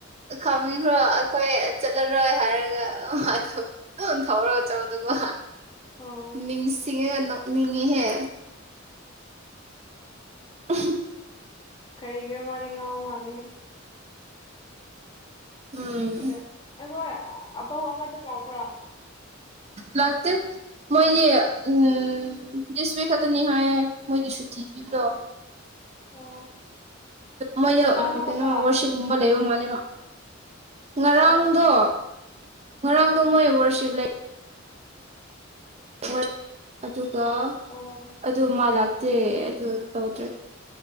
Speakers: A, on the right; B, on the left.
A: ꯈꯪꯕꯤꯈ꯭ꯔꯣ ꯑꯩꯈꯣꯏ ꯆꯠꯂꯔꯣꯏ ꯍꯥꯏꯔꯒꯥꯗ ꯍꯧꯔꯒ ꯆꯠꯕꯗꯨꯀꯣ
B: ꯑꯣ
A: ꯅꯤꯡꯁꯤꯡꯉꯒ ꯅꫭꯛꯅꯤꯡꯉꯤꯍꯦ <inaudible>
B: ꯀꯔꯤꯒꯤꯔꯣ ꯃꯥꯗꯤ ꯉꯥꯎ ꯃꯥꯜꯂꯦ
A: ꯎꯝ
B: ꯑꯗ ꯑꯈꯣꯏ ꯑ ꯂ ꯄꯨ꯭ꯔꯥ
A: ꯂꯥꯛꯇ ꯃꯣꯏꯒꯤ ꯎꯝ ꯤꯇꯅꯤꯍꯥꯏ ꯃꯣꯏꯒꯤ ꯁꯨꯇꯤ ꯄꯤꯌꯨꯗꯣ
B: ꯑꯣ
A: ꯃꯣꯏ
B: ꯍꯞꯇꯥ ꯑꯃꯈꯛꯇ
A: ꯀꯩꯅꯣ ꯋꯥꯔꯁꯤꯞꯒꯨꯝꯕ ꯂꯩꯕ ꯃꯥꯜꯂꯤꯕ ꯉꯔꯥꯡꯗꯣ
B: ꯑꯣ
A: ꯉꯔꯥꯡꯗꯣ
B: ꯎꯝ
A: ꯃꯣꯏ ꯔꯁꯤꯞ ꯂꯩ <inaudible> ꯑꯗꯨꯒ
B: ꯑꯣ
A: ꯑꯗꯨ ꯃꯥꯂꯛ ꯑꯗꯨ ꯇꯧꯗ꯭ꯔꯦ